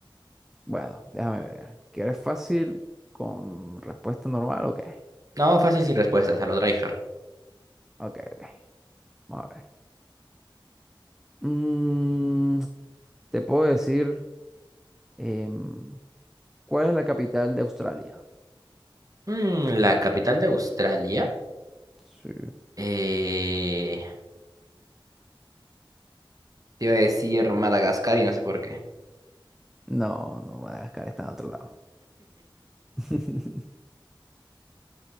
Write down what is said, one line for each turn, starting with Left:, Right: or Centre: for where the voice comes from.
Centre: Bueno, déjame ver. ¿Quieres fácil con respuesta normal? Ok,
Right: No, fácil sin respuestas, a lo tryhard.
Centre: ok, ok. Vamos a ver. Mm, te puedo decir, em, ¿cuál es la capital de Australia?
Right: Mm, la capital de Australia.
Centre: Sí.
Right: Eh, te iba a decir Madagascar y no sé por qué.
Centre: No, no, Madagascar está en otro lado. <laughs>